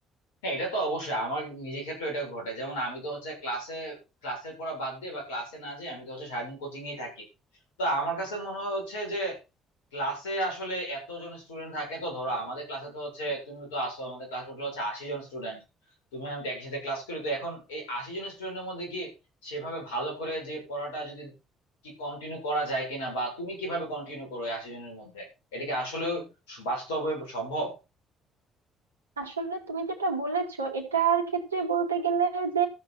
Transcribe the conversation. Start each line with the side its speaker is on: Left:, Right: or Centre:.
Left: হ্যাঁ এটা তো অবশ্যই আমার নিজের ক্ষেত্রে এটা ঘটে যেমন আমি তো হচ্ছে ক্লাসে ক্লাসের পড়া বাদ দিয়ে বা ক্লাসে না যেয়ে আমি তো হচ্ছে সারাদিন কোচিং এই থাকি তো আমার কাছে মনে হয় হচ্ছে যে ক্লাসে আসলে এতজন স্টুডেন্ট থাকে তো ধরো আমাদের ক্লাসে তো হচ্ছে তুমি তো আসো আমাদের ক্লাস টোটাল হচ্ছে আশি জন স্টুডেন্ট তুমি আর আমি তো একই সাথে ক্লাস করি তো এখন এই আশি জন স্টুডেন্টের মধ্যে কি সেভাবে ভালো করে যে পড়াটা যদি কি কন্টিনিউ করা যায় কিনা বা তুমি কিভাবে কন্টিনিউ করো এই আশি জনের মধ্যে এটা কি আসলে বাস্তবে সম্ভব
Right: আসলে তুমি যেটা বলেছো এটার ক্ষেত্রে বলতে গেলে যে